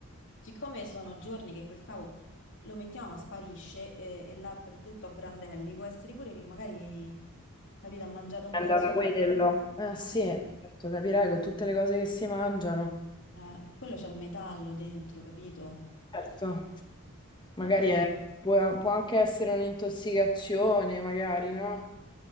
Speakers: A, on the left; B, on the left.
A: Siccome sono giorni che quel cavo lo mettiamo ma sparisce eh, e l'ha ridotto a brandelli, può essere pure che magari, capito, ha mangiato un
B: È andata
A: pezzo di...
B: quello. sì,
A: Eh,
B: certo, capirai con tutte le cose che si mangiano.
A: eh, quello c'ha il metallo dentro, capito?
B: Certo, magari
A: Vabbè.
B: è- può, può anche essere un'intossicazione, magari, no?